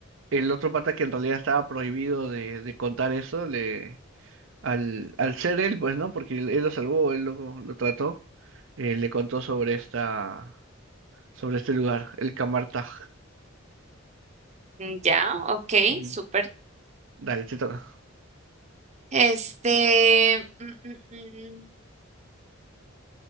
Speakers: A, on the right; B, on the right.
A: el otro pata que en realidad estaba prohibido de, de contar eso, le, al, al ser él, pues, ¿no? Porque él, él lo salvó, él lo, lo trató, eh, le contó sobre esta, sobre este lugar, el Camartag.
B: Mm, Ya, ok,
A: Ujú.
B: súper.
A: Dale, te toca.
B: Este, mm, mm,